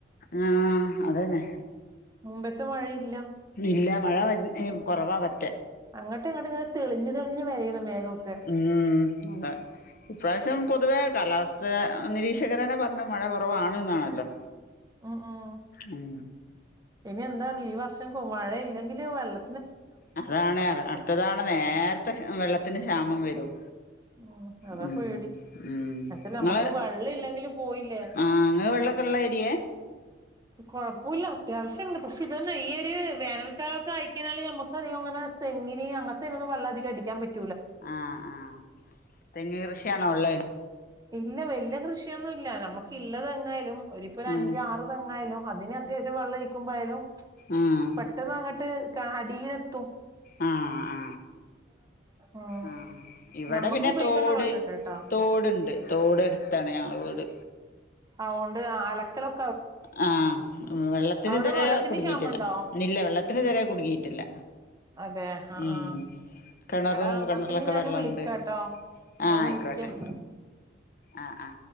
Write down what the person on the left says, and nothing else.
ആ അതന്നെ
ഇല്ല മഴ വെറൂനെ കുറവാ വെ
ഉം അതെ ഇപ്രാവശ്യം പൊതുവേ കാലാവസ്ഥ നിരീക്ഷകരനെ പറഞ്ഞു മഴ കുറവാണ് എന്നാണല്ലോ
ഉം
അതാണ് അടുത്തതാണ് നേരത്തെ വെള്ള ത്തിന് ക്ഷാമം വരും
ഉം
ഉം
ഇങ്ങള്
ആ ഇങ്ങള് വെള്ളൊക്കെ ഇള്ള ഏരിയേ
ആഹ ആഹ തെങ് കൃഷിയാണോ ഉള്ളേ
ഉം
ഉം
ആഹ് ആ
ആ ഇവിടെ
പിന്നെ
തോട്
തോടുണ്ട് തോടടു താണ് ഞങ്ങള് വീട്
ആ വെള്ളത്തിന്
രെ
കുടുങ്ങിട്ടില്ല
ഇില്ല വെള്ളത്തിന് രെ കുടുങ്ങിയിട്ടില്ല
ഉം
കിണറും
കിണറിലൊക്കെ
വെള്ളംുണ്ട്
ആ
ആയിക്കോട്ടെ
ആ ആ